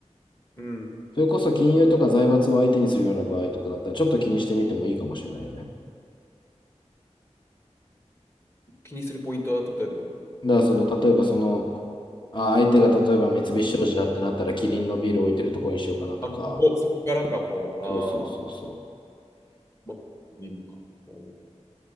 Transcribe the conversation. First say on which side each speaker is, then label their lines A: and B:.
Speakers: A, on the left (about 20°); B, on the left (about 40°).
A: うん。
B: それこそ金融とか財閥を相手にするような場合とかだったら、ちょっと気にしてみてもいいかもしれないよね。
A: 気にするポイントは、例えば
B: だから、その、例えばその、あ、相手が例えば三菱商事だってなったら、
A: い
B: キリンのビール置いてるとこにしようかなとか、
A: あ、もうそこ、そこからか、もう、
B: そうそうそうそう。
A: あー、まいるか。う